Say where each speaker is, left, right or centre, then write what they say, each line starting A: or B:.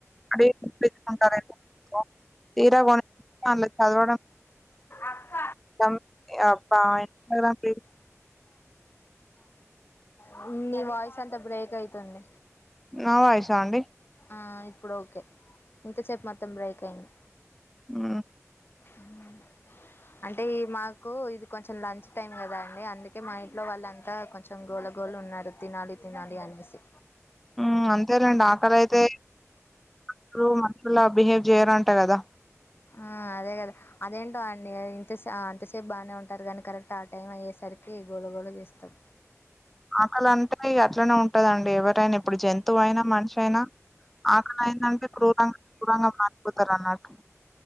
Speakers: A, in the centre; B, on the left (about 45°).
A: అడిగి కొనిపించుకుంటారేమో ఫోన్ తీరా కొనిస్తే అందులో చదవడం
B: అక్క
A: దమ్ అబ్బా ఇన్స్టాగ్రామ్ రీల్స్
B: అమ్మ నీ వాయిస్ అంతా బ్రేక్ అయితుంది
A: నా వాయిస అండి
B: ఆ ఇప్పుడు ఓకే ఇంతసేపు మొత్తం బ్రేక్ అయింది
A: ఉ
B: ఉ అంటే ఈ మాక్ కు ఇది కొంచెం లంచ్ టైం కదా అండి అందుకే మా ఇంట్లో వాళ్ళ అంతా కొంచెం గోల గోల ఉన్నారు తినాలి తినాలి అనేసి
A: ఉ అంతేలెండి ఆకలీ అయితే షులు మనుషులా బిహేవ్ చేయరుంట కదా
B: ఆ అదే కదా అదేంటో అండి ఇంతసే ఆ అంతసేపు బానే ఉంటారు కాని కరెక్ట్ ఆ టైం అయ్యేసరికి గోళ గోళ చేస్తాం
A: ఆకలీ అంటేనే ఇగ అట్లనే ఉంటదండి ఎవరైనా ఇప్పుడు జంతువు అయినా మనిషి అయినా ఆకలైందంటే క్రూరంగా క్రూరంగా మారిపోతారు అన్నటు